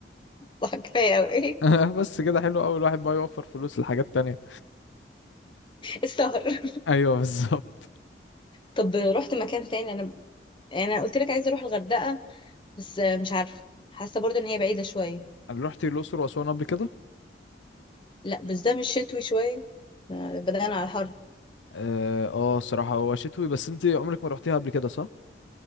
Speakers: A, on the left (about 25°); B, on the left (about 85°).
A: صح كفاية اوي
B: <laughs> بس كده حلو أوي الواحد بقى يوفر فلوس لحاجات تانية
A: السهر <laughs>
B: أيوه بالظبط
A: طب رحت مكان تاني انا يعني انا قلت لك عايزة اروح الغردقة بس مش عارفة حاسة برضو ان هي بعيدة شوية
B: أنا رحت الأقصر وأسوان قبل كده
A: لا بس ده مش شتوي شوية آه، بدأنا على الحر
B: اه آه، الصراحة هو شتوي بس أنت عمرك ما رحتيها قبل كده صح؟